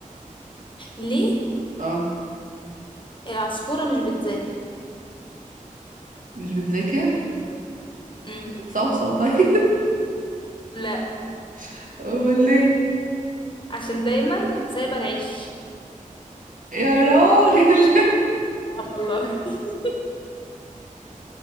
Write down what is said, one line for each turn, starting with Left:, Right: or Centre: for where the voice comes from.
Left: ليه
Right: اه
Left: العصفورة مش بتذاكر
Right: مش بتذاكر
Left: امم
Right: بتصوصو طيب
Left: لا
Right: <laughs> امال ليه
Left: عشان دايما سايبة العش
Right: يا راجل <laughs>
Left: آه والله <laughs>